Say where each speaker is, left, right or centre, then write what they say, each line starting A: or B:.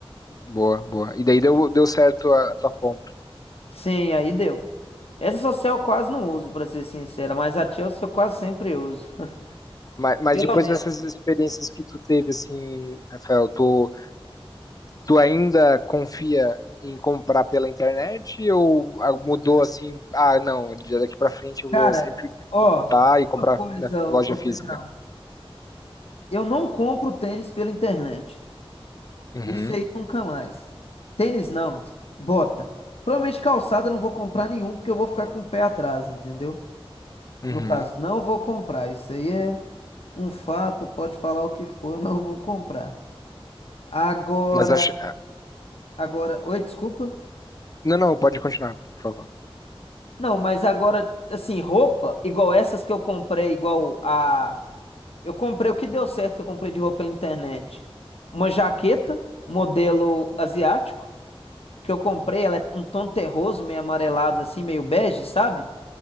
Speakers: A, on the left; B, on the left.
A: Boa, boa. E daí deu, deu certo a, a tua compra.
B: Sim, aí deu. Essa social eu quase não uso, pra ser sincera, mas a Chelsea eu quase sempre uso.
A: Mas,
B: <laughs>
A: mas
B: Pelo
A: depois
B: menos.
A: dessas experiências que tu teve, assim, Rafael, tu, tu ainda confia em comprar pela internet ou a- mudou assim? Ah, não, de daqui pra frente eu
B: Cara,
A: vou sempre
B: ó,
A: evitar e comprar
B: uma coisa,
A: na loja
B: ô, ô
A: física.
B: Pedrão. Eu não compro tênis pela internet.
A: Uhum,
B: Isso aí nunca mais. Tênis não, bota. Provavelmente calçada eu não vou comprar nenhum, porque eu vou ficar com o pé atrás, entendeu?
A: uhum.
B: No caso, não vou comprar. Isso aí é um fato, pode falar o que for, eu não vou comprar. Agora,
A: Mas acho.
B: agora, oi, desculpa.
A: Não, não, pode continuar, por favor.
B: Não, mas agora, assim, roupa, igual essas que eu comprei, igual a. Eu comprei o que deu certo que eu comprei de roupa pela internet. Uma jaqueta, modelo asiático, que eu comprei, ela é um tom terroso, meio amarelado, assim, meio bege, sabe?